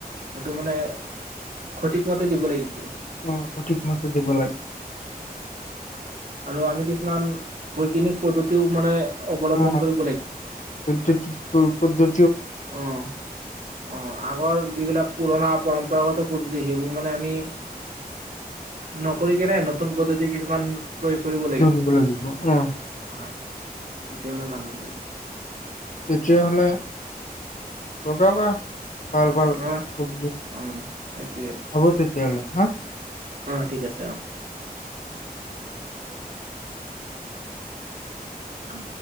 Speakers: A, on the right; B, on the left.
A: সেইটো মানে সঠিক মতে দিব লাগিব।
B: উম, সঠিক মতে দিব লাগে।
A: আৰু আমি কিছুমান বৈজ্ঞানিক পদ্ধতিও মানে অৱলম্বন
B: অহ।
A: কৰিব
B: পদ্ধতি অ পদ্ধ-
A: অহ অহ। আগৰ যিবিলাক পুৰণা- পৰম্পৰাগত পদ্ধতি সেইবোৰ মানে আমি, নকৰি কেনে নতুন পদ্ধতি কিছুমান প্ৰয়োগ কৰিব
B: ধৰিব লাগিব, অহ।
A: হয় তেতিয়া মানে ভাল হ'ব।
B: তেতিয়াহলে লগাবা ভাল ভাল
A: অ
B: হব
A: অ সেইটোৱে
B: তে তেতিহলে হা
A: অ ঠিক আছে অ উম